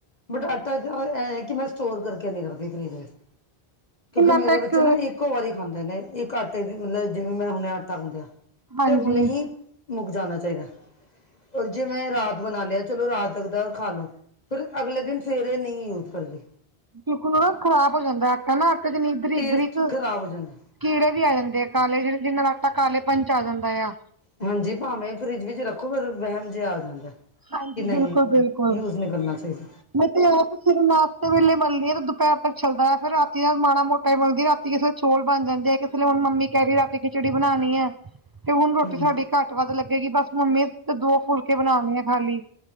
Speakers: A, on the left; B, on the right.
A: ਬਟ ਆਟਾ ਜੋ ਇਹ ਕਿ ਮੈਂ ਸਟੋਰ ਕਰਕੇ ਨੀ ਰੱਖ ਫ੍ਰਿਜ ਵਿਚ ਕਿਉਂਕਿ
B: ਮੈਂ
A: ਮੇਰੇ
B: ਤਾਂ ਇੱਕ
A: ਬੱਚੇ ਨਾ ਇੱਕੋ ਵਾਰੀ ਖਾਂਦੇ ਨੇ ਇੱਕ ਮਤਲਬ ਜਿਵੇਂ ਮੈਂ ਹੁਣੇ ਆਟਾ ਗੁੰਦਿਆ
B: ਹਾਂਜੀ
A: ਤੇ ਹੁਨੇ ਹੀ ਮੁੱਕ ਜਾਣਾ ਚਾਹੀਦਾ। ਔਰ ਜੇ ਮੈਂ ਰਾਤ ਬਣਾ ਲਿਆ ਚਲੋ ਰਾਤ ਤੱਕ ਦਾ ਖਾ ਲੋ, ਫਿਰ ਅਗਲੇ ਦਿਨ ਫੇ ਨੀ ਯੂਜ ਕਰਦੇ।
B: ਦੇਖੋ ਨਾ ਖ਼ਰਾਬ ਹੋ ਜਾਂਦਾ ਆਟਾ ਨਾ ਆਟੇ ਜਨੀ ਬਰੀਕ-
A: ਟੇਸਟ
B: ਬਰੀਕ
A: ਖ਼ਰਾਬ ਹੋ ਜਾਂਦਾ
B: ਕੀੜੇ ਵੀ ਆ ਜਾਂਦੇ ਆ ਕਾਲੇ ਜਿਹੜੇ ਜਿੰਨਾ ਲੱਗਦਾ ਕਾਲੇ ਪੰਚ ਆ ਜਾਂਦਾ ਆ।
A: ਹਾਂਜੀ ਭਾਵੇਂ ਫਰਿਜ ਵਿੱਚ ਰੱਖੋ ਫ ਵਹਿਮ ਜਿਹਾ ਆ ਜਾਂਦਾ। ਕਿ
B: ਹਾਂਜੀ
A: ਨਹੀਂ
B: ਬਿਲਕੁਲ ਬਿਲਕੁਲ
A: ਯੂਜ ਨੀ ਕਰਨਾ ਚਾਹੀਦਾ।
B: ਮੈਂ ਤੇ ਆਪ ਸਵੇਰੇ ਨਾਸ਼ਤੇ ਵੇਲੇ ਮਲਦੀ ਆ ਦੁਪਹਿਰ ਤੱਕ ਚੱਲਦਾ ਫਿਰ ਰਾਤੀ ਦਾ ਮਾੜਾ ਮੋਟਾ ਹੀ ਮਲਦੀ ਰਾਤੀ ਕਿਸੇ ਚੌਲ ਬਣ ਜਾਂਦੇ ਆ ਕਿਸੇਲੇ ਹੁਣ ਮੰਮੀ ਕਹਿ ਰਹੀ ਰਾ ਖਿਚੜੀ ਬਣਾਣੀ ਹੈ। ਤੇ ਹੁਣ ਰੋਟੀ
A: ਹੂੰ
B: ਸਾਡੀ ਘੱਟ ਵੱਧ ਲੱਗੇਗੀ ਬਸ ਮੰਮੀ ਤੇ ਦੋ ਫੁਲਕੇ ਬਣਾਣੇ ਆ ਖਾਲੀ।